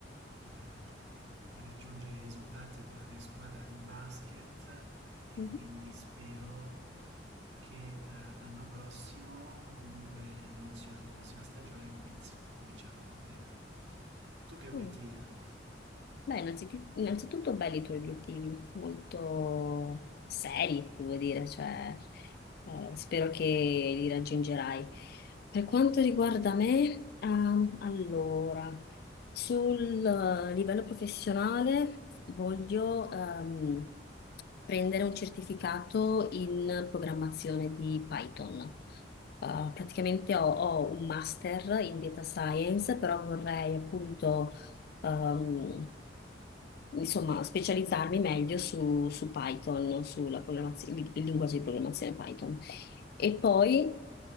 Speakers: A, on the right; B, on the left.
A: eh, per raggiungere i risultati con la mia squadra di basket e
B: mhm.
A: quindi spero che eh, l'anno prossimo o comunque l'inizio della prossima stagione cominci- comincia molto bene. Tu che obiettivi
B: Mm.
A: hai?
B: Beh, innanziti- innanzitutto belli i tuoi obiettivi, molto seri, devo dire, cioè, eh, spero che li raggiungerai. Per quanto riguarda me, ehm, allora, sul eh, livello professionale voglio ehm, prendere un certificato in programmazione di Python. Eh, praticamente ho, ho un master in data science, però vorrei appunto ehm, insomma, specializzarmi meglio su, su Python, sulla programmazione, il il linguaggio di programmazione Python. E poi